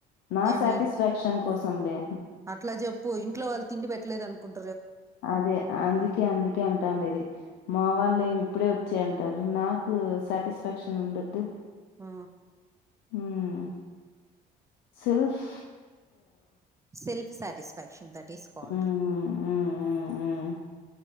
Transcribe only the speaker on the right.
ఏమి
అట్లా చెప్పు ఇంట్లో వాళ్ల తిండి పెట్టలేదని అనుకున్
ఆ
self satisfaction that ట్ is called